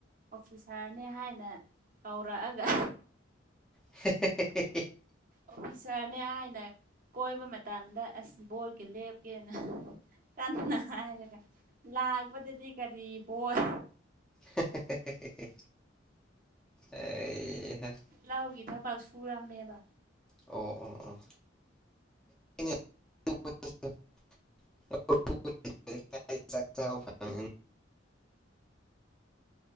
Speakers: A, on the right; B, in the centre.
A: ꯑꯣꯐꯤꯁꯥꯔꯅꯦ ꯍꯥꯏꯅ ꯀꯧꯔꯛꯑꯒ
B: <unintelligible>
A: ꯑꯣꯐꯤꯁꯥꯔꯅꯦ ꯍꯥꯏꯅ ꯀꯣꯏꯕ ꯃꯇꯝꯗ ꯑꯁ ꯕꯣꯠꯀꯥ ꯂꯦꯞꯄ‌ꯦꯅ꯫ ꯀꯟꯅ ꯍꯥꯏꯔꯒ ꯂꯥꯛꯄꯗꯗꯤ ꯀꯔꯤ ꯕꯣꯠ꯫
B: ꯍꯦꯍꯦꯍꯦꯍꯦ ꯑꯩꯍꯥ꯫
A: ꯂꯧꯒꯤ ꯊꯕꯛ ꯁꯨꯔꯝꯃꯦꯕ
B: ꯑꯣ ꯑꯣ ꯑꯣ <unintelligible> <unintelligible>